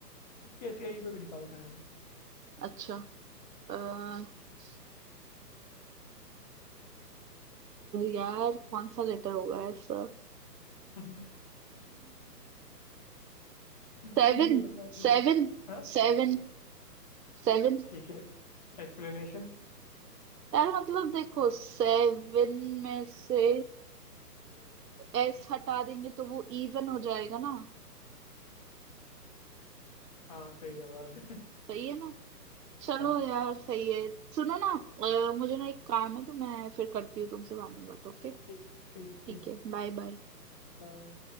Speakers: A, on the left; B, on the right.
A: कैसे आई पे भी निकालो सर
B: अच्छा अ, अ, यार कौन सा लेटर होगा ऐसा
A: <laughs> बताइए
B: सेवन
A: बताइए
B: सेवन
A: हाँ
B: सेवन सेवन
A: ठीक है एक्सप्लेनेशन
B: यार मतलब देखो सेवन में से एस हटा देंगे तो वो इवन हो जाएगा ना
A: हाँ सही जवाब है
B: सही है ना चलो
A: हाँ
B: यार सही है सुनो ना अ, मुझे ना एक काम है तो मैं फिर करती हूँ तुमसे बाद में बात ओके
A: ठीक ठीक
B: ठीक
A: ठीक
B: है बाय बाय
A: बाय